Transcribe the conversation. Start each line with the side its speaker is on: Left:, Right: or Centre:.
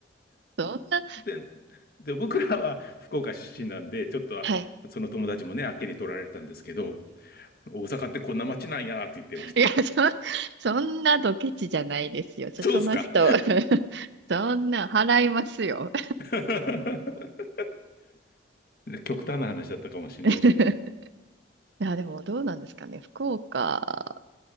Right: <laughs> そんな、
Left: で、で、僕らは福岡出身なんで、ちょっとはその友達もね、
Right: はい。
Left: あっけに取られたんですけど、大阪ってこんな街なんやって言ってました。
Right: いや、そ、そんなドケチじゃないですよ。ちょ、
Left: そうですか。
Right: その人、<laughs> そんな払いますよ。
Left: <laughs> 極端な話だったかもしれないですね。
Right: <laughs> いや、でもどうなんですかね。福岡、